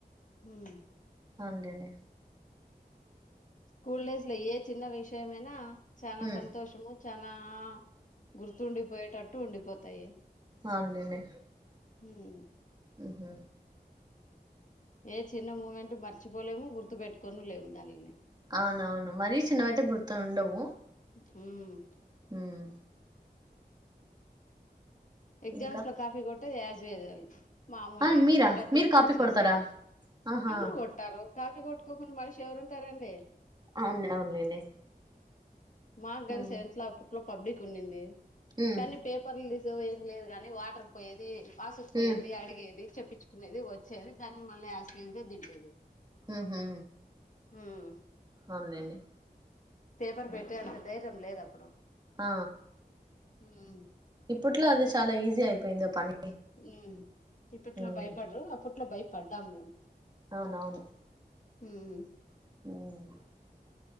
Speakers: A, on the left; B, on the right.
A: మ్మ్
B: అవును లేండి
A: స్కూల్ డేస్ లో ఏ చిన్న విషయమైనా చానా
B: ఉమ్
A: సంతోషము చానా గుర్తుండిపోయిటట్ టు ఉండిపోతాయి
B: అవును లేండి
A: మ్మ్
B: మ్మ్
A: ఏ చిన్న మూమెంట్ మర్చిపోలేము గుర్తు పెట్టుకోను లేము దానిలని
B: అవునవును మరీ చిన్నవయితే గుర్తు ఉండవు ఉ
A: మ్మ్
B: ఉమ్
A: ఎగ్జామ్స్
B: ఇంకా
A: లో కాఫీ కొట్ పే యాజేగల్లి మామూలే
B: ఆ మీరా
A: ప్రతి
B: మీరు
A: ఒక్కరు
B: కాపీ
A: చేసేది
B: కొడతారా ఆహా
A: అందరూ కొట్టారు కాఫీ కొట్టుకోకుండా మనిషి ఎవరు ఉంటారండి
B: అవును అవునులేండి
A: మాకుగాని
B: ఉమ్
A: సెవన్త్ లో అప్పుట్లో పబ్లిక్ ఉనింది
B: ఉమ్
A: కానీ పేపర్ల తీ జో ఏ లేదు కగాని వాటర్ పోయేది పాసుకుపోయ్యేది
B: ఉమ్
A: అడిగేది చెప్పిచ్చు తినేది వచ్చేది దాన్ని మళ్ళీ యాసిటీస్ గా దింపేది
B: ఊహూ
A: హ్మ్
B: అవున్లేండి
A: పేపర్ పెట్టే అంత ధైర్యం లేదు అప్పుడు
B: ఆ
A: మ్మ్
B: ఇప్పుట్లో అది చాలా ఈజీ అయిపోయిందో పని
A: ఉమ్ ఇప్పుట్లో
B: ఉమ్
A: భయపడరు అప్పుట్లో భయ పడ్డాం మేము
B: అవునవును
A: హ్మ్
B: <unintelligible>